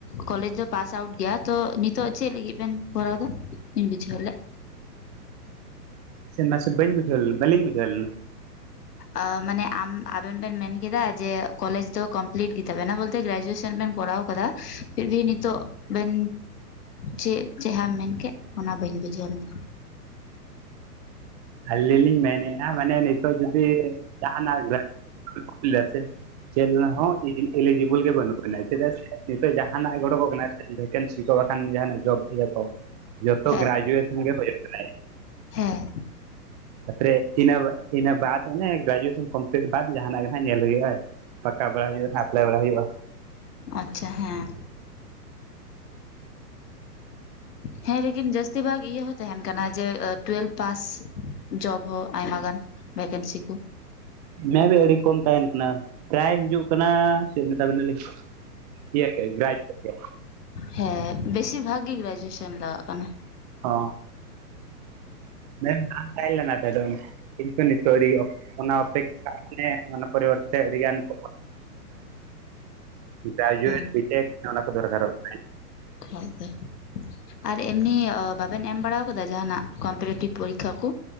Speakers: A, on the left; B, on the right.
A: ᱠᱚᱞᱮᱡ ᱫᱚ ᱯᱟᱥ ᱟᱣᱩᱴ ᱜᱮᱭᱟ ᱛᱚ ᱱᱤᱛᱚᱜ ᱪᱮᱫ ᱞᱟᱹᱜᱤᱫ ᱵᱮᱱ ᱠᱚᱨᱟᱣ ᱫᱟ ᱵᱟᱹᱧ ᱵᱩᱡᱷᱟᱹᱣ ᱞᱮᱜ?
B: ᱥᱮ ᱢᱟᱥᱮ ᱵᱟᱹᱧ ᱵᱩᱡᱷᱟᱹᱣ ᱵᱟᱞᱤᱧ ᱵᱩᱡᱷᱟᱹᱣ ᱞᱮᱱᱟ᱾
A: ᱚ ᱢᱟᱱᱮ ᱟᱢ ᱟᱵᱮᱱ ᱵᱮᱱ ᱢᱮᱱ ᱠᱮᱫᱟ ᱡᱮ ᱠᱚᱞᱮᱡᱽ ᱫᱚ ᱠᱚᱢᱯᱞᱤᱴ ᱜᱮ ᱛᱟᱵᱮᱱᱟ ᱵᱚᱞᱛᱮ ᱜᱨᱟᱡᱩᱭᱮᱥᱟᱱ ᱵᱮᱱ ᱠᱚᱨᱟᱣ ᱠᱟᱫᱟ ᱯᱷᱤᱨᱵᱷᱤ ᱱᱤᱛᱚᱜ ᱵᱮᱱ ᱪᱮᱜ ᱪᱮᱦᱟᱜ ᱢᱮᱱ ᱠᱮᱜ ᱚᱱᱟ ᱵᱟᱹᱧ ᱵᱩᱡᱷᱟᱹᱣ ᱞᱮᱫᱟ᱾
B: ᱟᱹᱞᱤᱧ ᱞᱤᱧ ᱢᱮᱱᱮᱜᱼᱟ ᱢᱟᱱᱮ ᱱᱤᱛᱚᱜ ᱡᱩᱫᱤ ᱡᱟᱦᱟᱸᱱᱟᱜ <unintelligible> ᱥᱮ ᱪᱮᱞ ᱞᱮᱦᱚᱸ ᱮᱞᱤᱼᱮᱞᱤᱡᱤᱵᱚᱞ ᱜᱮ ᱵᱟᱹᱱᱩᱜ ᱵᱮᱱᱟ ᱪᱮᱫᱟᱜ ᱥᱮ ᱱᱤᱛᱚᱜ ᱡᱟᱦᱟᱱᱟᱜ ᱜᱮ ᱚᱰᱚᱠᱚᱜ ᱠᱟᱱᱟ ᱵᱷᱮᱱᱥᱤ ᱠᱚ ᱵᱟᱠᱷᱟᱱ ᱡᱟᱦᱟᱱᱟᱜ ᱡᱚᱵ ᱜᱤᱭᱟᱠᱚ ᱡᱚᱛᱚ
A: ᱦᱮᱸ
B: ᱜᱨᱟᱡᱩᱭᱮᱥᱚᱱ ᱜᱮ ᱦᱩᱭᱩᱜ ᱠᱟᱱᱟ᱾
A: ᱦᱮᱸ᱾
B: ᱛᱟᱯᱚᱨᱮ ᱤᱱᱟᱹ ᱤᱱᱟᱹ ᱵᱟᱫ ᱚᱱᱮ ᱜᱨᱟᱡᱩᱭᱮᱥᱟᱱ ᱠᱚᱢᱯᱞᱤᱴ ᱵᱟᱫ ᱡᱟᱦᱟᱱᱟᱜ ᱜᱮ ᱱᱟᱜ ᱧᱮᱞ ᱦᱩᱭᱩᱜᱼᱟ ᱟᱨᱠᱤ᱾ ᱯᱟᱠᱟ ᱵᱟᱲᱟ ᱦᱩᱭᱩᱜᱼᱟ ᱟᱯᱞᱟᱭ ᱵᱟᱲᱟ ᱦᱩᱭᱩᱜᱼᱟ᱾
A: ᱟᱪᱪᱷᱟ ᱦᱮᱸ᱾ ᱦᱮᱸ ᱞᱮᱠᱤᱱ ᱡᱟᱹᱥᱛᱤ ᱵᱷᱟᱜ ᱤᱭᱟᱹ ᱦᱚᱸ ᱛᱟᱦᱮᱱ ᱠᱟᱱᱟ ᱡᱮ ᱴᱩᱭᱮᱞᱵᱷ ᱯᱟᱥ ᱡᱚᱵ ᱦᱚ ᱟᱭᱢᱟ ᱜᱟᱱ᱾ ᱵᱷᱮᱠᱮᱱᱥᱤ ᱠᱩ᱾
B: ᱢᱮᱵᱤ ᱟᱹᱰᱤ ᱠᱚᱢ ᱛᱟᱦᱮᱱ ᱠᱟᱱᱟ᱾ ᱯᱨᱟᱭ ᱦᱤᱡᱩᱜ ᱠᱟᱱᱟ ᱪᱮᱫ ᱢᱮᱛᱟ ᱵᱤᱱᱟᱞᱤᱧ ᱤᱭᱟᱹ ᱜᱨᱟᱡᱩᱭᱮᱴ ᱜᱮ᱾
A: ᱦᱮᱸ ᱵᱮᱥᱤᱨ ᱵᱷᱟᱜ ᱜᱮ ᱜᱨᱟᱡᱩᱭᱮᱥᱟᱱ ᱞᱟᱜᱟᱜ ᱠᱟᱱᱟ᱾
B: ᱚ <unintelligible> ᱚᱱᱟ ᱚᱯᱮ <unintelligible> ᱢᱟᱱ ᱯᱚᱨᱤᱵᱚᱨᱛᱮ ᱟᱹᱰᱤᱜᱟᱱ <unintelligible> ᱜᱨᱟᱡᱩᱭᱮᱴ
A: ᱦᱮᱸ
B: ᱵᱤᱴᱮᱠ ᱚᱱᱟ ᱠᱚ ᱫᱚᱨᱠᱟᱨᱚᱜ ᱠᱟᱱᱟ
A: <unintelligible> ᱟᱨ ᱮᱢᱱᱤ ᱵᱟᱵᱮᱱ ᱮᱢ ᱵᱟᱲᱟᱣ ᱠᱟᱫᱟ ᱡᱟᱦᱟᱱᱟᱜ ᱠᱚᱢᱯᱮᱨᱤᱴᱤᱵᱷ ᱯᱚᱨᱤᱠᱠᱷᱟ ᱠᱚ